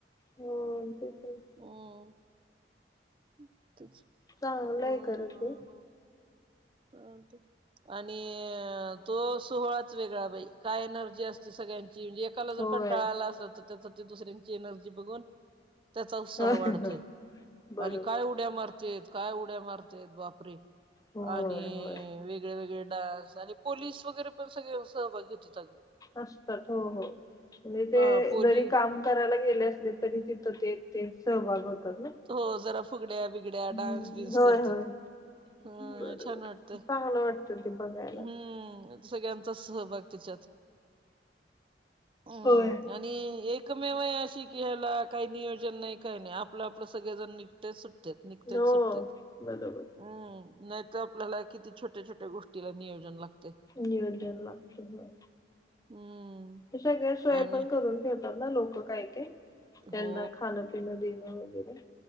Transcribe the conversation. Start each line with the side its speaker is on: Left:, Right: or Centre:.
Left: होय <unintelligible>
Right: हम्म <unintelligible>
Left: चांगलंय
Right: अ
Left: खरं
Right: हा
Left: ते.
Right: हा चालतंय. आणि तो सोहळाच वेगळा बाई काय एनर्जी असते सगळ्यांची म्हणजे एकाला जर
Left: होय
Right: कंटाळा आला असल <unintelligible> दुसऱ्यांची एनर्जी बघून त्याचा उत्साह
Left: होय
Right: वाढतोय
Left: होय. बरोबर.
Right: आणि काय उड्या मारतेय काय उड्या मारतेत बापरे
Left: होय
Right: आणि
Left: होय.
Right: वेगळे वेगळे डान्स आणि पोलीस वगैरे पण सगळे सहभागी होतेत अगं.
Left: असतात हो हो म्हणजे ते
Right: हा पोलीस
Left: जरी काम करायला गेले असले तरी तिथं ते ते सहभागी होतात ना?
Right: हो जरा फुगड्या बिगड्या
Left: हम्म
Right: डान्स बिन्स
Left: होय
Right: करत्यात
Left: होय
Right: हो
Left: बरोबर.
Right: छान वाटतं.
Left: चांगलं वाटतं ते बघाय
Right: हम्म आता सगळ्यांचाच सहभाग त्याच्यात हम्म
Left: होय.
Right: आणि एकमेव आहे अशी की ह्याला काही नियोजन नाही काही नाही आपलं आपलं सगळेजण निघत्यात सुटत्यात निघत्यात
Left: हो
Right: सुटत्यात.
Left: बरोबर
Right: हम्म नाही तर आपल्याला किती छोट्या छोट्या गोष्टीला नियोजन लागतंय.
Left: नियोजन लागतंय होय.
Right: हम्म.
Left: ते सगळे सोय
Right: आणि
Left: पण करून ठेवतात ना लोकं काही काही? त्यांना
Right: हो
Left: खाण पिणं देणं वगैरे?